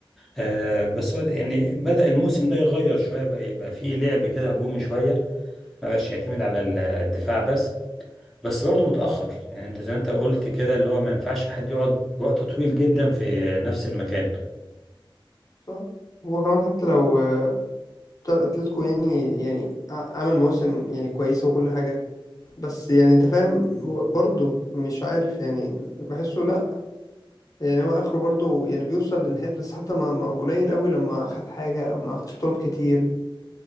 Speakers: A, in the centre; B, on the left (about 40°).
A: آه بس هو يعني بدأ الموسم ده يغير شوية بقى يبقى فيه لعب كده هجومي شوية ما بقاش يعتمد على ال- الدفاع بس بس برضه متأخر يعني انت زي ما انت قلت كده اللي هو ما ينفعش حد يقعد وقت طويل جدا في نفس المكان
B: صح هو كمان حتى لو طبعا اتلتيكو يعني يعني ع- عمل مواسم يعني كويسة وكل حاجة بس يعني انت فاهم هو برضه مش عارف يعني بحسه لا يعني هو اخره برضه يعني بيوصل لنهاية بس حتى ما, ما قليل قوي لما اخد حاجة ما اخدش بطولات كتير